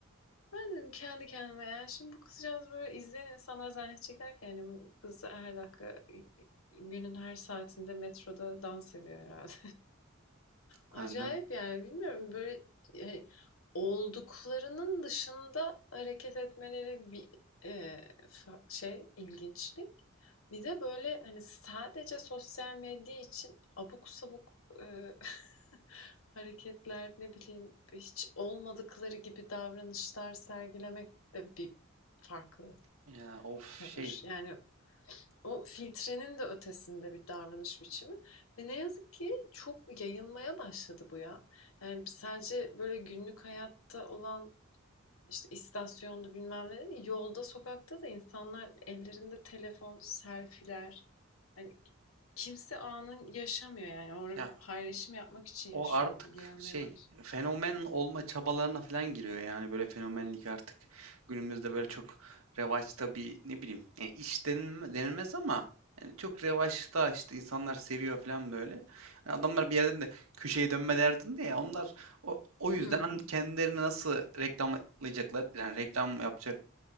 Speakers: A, on the left; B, on the right.
A: Ben dedim kendi kendime yani şimdi bu kızcağız böyle izleyen insanlar zannedecekler ki yani bu kız her dakika günün her saatinde metroda dans ediyor herhalde.
B: Ha,
A: Acayip
B: değil mi?
A: yani bilmiyorum böyle e, olduklarının dışında hareket etmeleri bir e, şey ilginçlik. Bir de böyle hani sadece sosyal medya için abuk sabuk e, <laughs> hareketler ne bileyim hiç olmadıkları gibi davranışlar sergilemek de bir farklı
B: Ya of
A: tavır.
B: şey.
A: Yani o filtrenin de ötesinde bir davranış biçimi ve ne yazık ki çok yayılmaya başladı bu ya. Yani sadece böyle günlük hayatta olan işte istasyonda bilmem ne yolda sokakta da insanlar ellerinde telefon, selfiler. Hani kimse anın yaşamıyor yani. Orada
B: Ya
A: bir paylaşım yapmak için
B: O
A: yaşıyor
B: artık
A: gibi gelmeye
B: şey
A: başladı.
B: fenomen olma çabalarına falan giriyor yani böyle fenomenlik artık günümüzde böyle çok revaçta bir ne bileyim yani iş denilme- denilmez ama yani çok revaçta işte insanlar seviyor falan böyle. Hani adamlar bir yerden de köşeye dönme derdinde ya onlar o, o yüzden
A: Hmm.
B: hani kendilerini nasıl reklamlayacaklar yani reklam yapacak